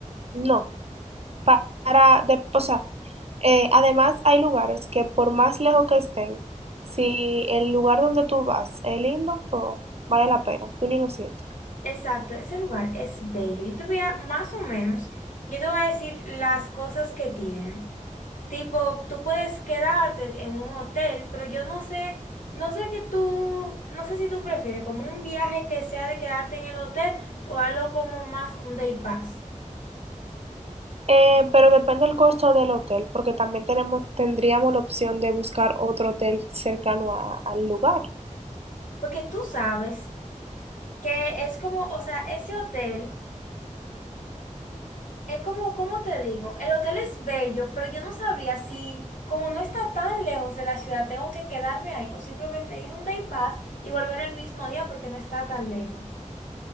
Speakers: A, on the right; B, on the left.
A: No, pa- para, de- o sea, eh, además hay lugares que por más lejos que estén, si el lugar donde tú vas es lindo, pues vale la pena, tú ni lo sientes.
B: Exacto, ese lugar es bello. Yo te voy a, más o menos, yo te voy a decir las cosas que tiene. Tipo, tú puedes quedarte en un hotel, pero yo no sé, no sé que tú, no sé si tú prefieres como un viaje que sea de quedarte en el hotel o algo como más un day pass.
A: Eh, pero depende el costo del hotel, porque también tenemos, tendríamos la opción de buscar otro hotel cercano a- al lugar.
B: Porque tú sabes que es como, o sea, ese hotel. Es como, cómo te digo, el hotel es bello, pero yo no sabría si, como no está tan lejos de la ciudad, tengo que quedarme ahí o simplemente ir un day pass y volver el mismo día porque no está tan lejos.